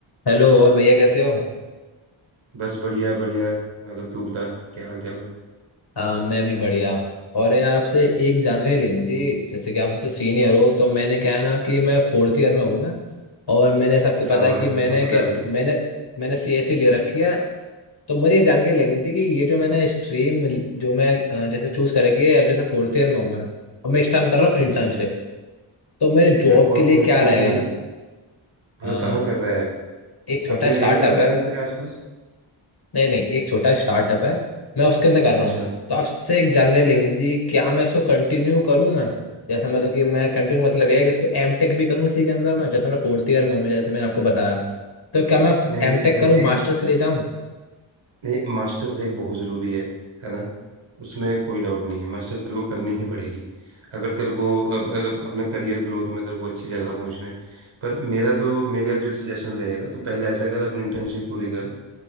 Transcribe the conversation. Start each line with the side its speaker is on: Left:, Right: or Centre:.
Left: Hello और भैया कैसे हो
Right: बस बढ़िया बढ़िया माधव तू बता क्या हाल चाल
Left: हाँ मैं भी बढ़िया और यार आपसे एक जानकारी लेनी थी जैसे कि आप मुझसे सीनियर हो तो मैंने क्या है ना कि मैं फोर्थ ईयर में हूँ मैं और मैंने ऐसा आपको
Right: हाँ
Left: पता
Right: भाई
Left: है कि
Right: हाँ
Left: मैंने
Right: पता
Left: क्या
Right: है भाई
Left: मैंने मैंने सीएसई ले रखी है तो मुझे ये जानकारी लेनी थी कि ये जो मैंने स्ट्रीम जो मैं अ, जैसे चूज कर रखी है अब जैसे फोर्थ ईयर में हूँ मैं और मैं इस टाइम कर रहा हूँ
Right: अच्छा
Left: इंटर्नशिप तो मेरे जॉब
Right: ए, कौ,
Left: के लिए
Right: कौन
Left: क्या
Right: सी
Left: रहेगा
Right: कंपनी में
Left: अ,
Right: मतलब कहाँ कर रहा है
Left: एक छोटा
Right: अपने
Left: स्टार्टअप
Right: वहीं कर रहा है
Left: है
Right: घर पे आसपास
Left: नहीं नहीं एक छोटा स्टार्टअप है मैं उसके अंदर कर
Right: अच्छा
Left: रहा हूँ तो आपसे एक जानकारी लेनी थी क्या मैं इसको कंटिन्यू करूँ मैं जैसे मतलब कि मैं कंटिन्यू मतलब ये है कि इसको एम टेक भी करूँ इसी के अंदर मैं जैसे मैं फोर्थ ईयर में हूँ जैसे मैंने आपको बताया तो क्या मैं
Right: नहीं नहीं
Left: एम टेक
Right: भाई
Left: करूँ
Right: देख
Left: मास्टर्स के लिए जाऊँ
Right: नहीं मास्टर्स देख बहुत ज़रूरी है है ना उसमें कोई डाउट नहीं है मास्टर्स तेरे को करनी ही पड़ेगी अगर तेरे को अप- मतलब अपने करियर ग्रोथ में तेरे को अच्छी जगह पहुंचना है पर मेरा तो मेरा जो सजेशन रहेगा तो पहले ऐसा कर अपनी इंटर्नशिप पूरी कर